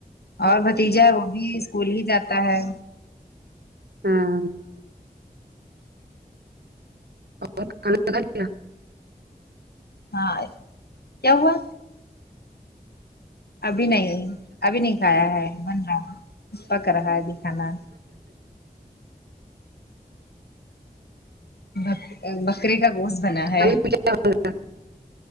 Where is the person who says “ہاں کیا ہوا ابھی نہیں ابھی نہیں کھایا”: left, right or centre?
Left